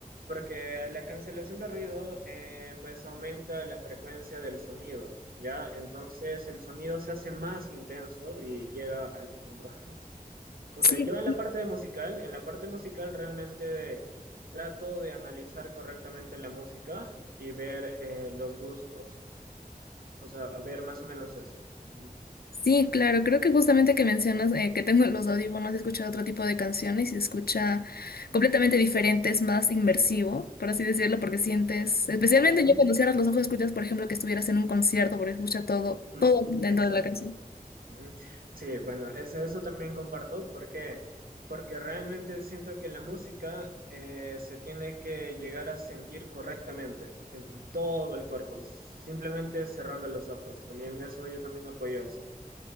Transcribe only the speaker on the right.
Porque la cancelación de ruido, eh, pues aumenta la frecuencia del sonido, ¿ya? Entonces el sonido se hace más intenso y llega al fondo. <laughs> Entonces,
yo en la parte de musical, en la parte musical realmente trato de analizar correctamente la música y ver eh, los gustos. O sea, ver más o menos eso. Ujú.
Claro,
no,
exacto.
Ujú. Sí, bueno, es- eso también comparto. porque, Porque realmente siento que la música eh, se tiene que llegar a sentir correctamente en todo el cuerpo, simplemente cerrando los ojos. También eso, yo también apoyo eso.